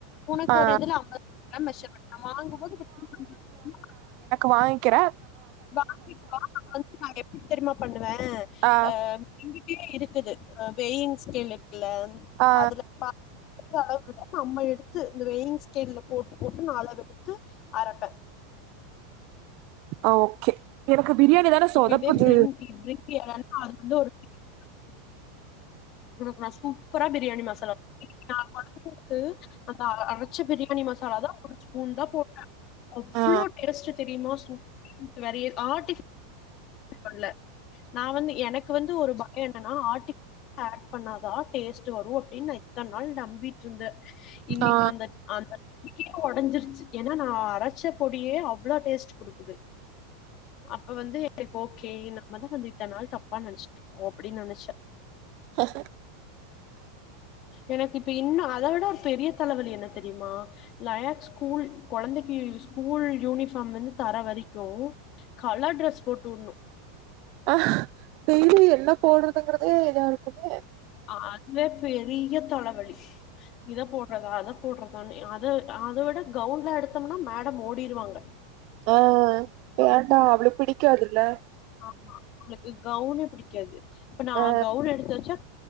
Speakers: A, on the left; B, on the right.
A: உனக்கொரு
B: ஆ
A: இதுல அம்பது கிராம் மெஷர்மெண்ட் நம் வாங்கும்போது <unintelligible>
B: வாயிங்க்கிற
A: வாங்கிட்டு வா நா வந்து நா எப்புடி தெரியுமா பண்ணுவ
B: ஆ
A: அ எங்கிட்டியே இருக்குது அ வெயின்ஸ்கேலுருக் க்குலங்
B: ஆ
A: அதுல <unintelligible> எடுத்து இந்த வெய்ங்ஸ்கேல்ல போட்டு போட்டு நா அளவெடுத்து அரப்ப
B: ஆ ஓக்கே க்கு பிரியாணி தான சொதப்புது
A: இப்ப இதே பிரிங் <unintelligible> உனக்கு நா சூப்பரா பிரியாணி மசாலா நா கொழந்தைங்களுக்கு அந்த அரச்ச பிரியாணி மசாலா தா ஒரு ஸ்பூன் தா போட்ட அவ்ளோ
B: ஆ
A: டேஸ்ட்டு தெரிமா <unintelligible> ஆட்டி சொல்ல நா வந்து எனக்கு வந்து ஒரு பயோ என்னன்னா ஆட்டி ஆட் பண்ணாதா டேஸ்ட்டு வரு அப்டின்னு இத்தன்னாள் நம்பீட்ருந்த இன்னிக்கு
B: ஆ
A: அந்த அந்த <unintelligible> ஒடஞ்சிர்ச்சு ஏன்னா நா அரச்ச பொடியே அவ்ளோ டேஸ்ட் குடுக்குது அப்ப வந்து இப்ப ஓக்கே நம்மதா வந்து இத்தநாள் தப்பா நனச்சுட்ருக்கோ அப்டி நனச்ச
B: ஹ ஹ
A: எனக்கிப்ப இன்னு அத விட ஒரு பெரிய தலவலி என்ன தெரிமா லயாக் ஸ்கூல் கொழந்தைக்கி ஸ்கூல் யூனிபார்ம் வந்து தர வரிக்கு‌‌ கலர் டரெஸ் போட்டு உட்னும்
B: ஆஹ் டெய்லி என்ன போடுறதுங்கறதே எல்லாருக்குமே
A: அது பே பெரிய தலவலி இத போ போடுறதா அத போடுறதானே அத அத விட கவுண்ல எடுத்தோம்னா மேடம் ஓடிடுவாங்க
B: ஆஹ் வேண்டா அவளுக்கு பிடிக்காதுல்ல
A: ஆமா உங்களுக்கு கவுனே பிடிக்காது இப்ப நான்
B: ஆ
A: கவுன் எடுத்து வச்சா